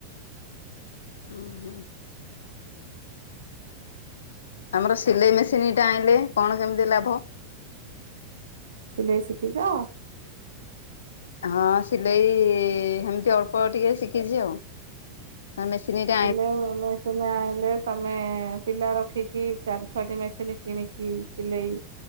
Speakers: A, on the left; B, on the right.
A: ହୁଁ ହୁଁ ଆମର ସିଲେଇ ମେସିନ୍ ଟା ଆଣିଲେ କଣ କେମିତି ଲାଭ?
B: ସିଲେଇ ଶିଖିଛ।
A: ହଁ ସିଲେଇ ସେମିତି ଅଳ୍ପ ଟିକେ ଶିଖିଛି ଆଉ ନା ମେସିିନିଟା
B: ସ ଆଇଲେ <inaudible> ତମେ ପିଲା ରଖିକି ଚାରି ଛଅଟି ମେସିନି କିଣିକି ସିଲେଇ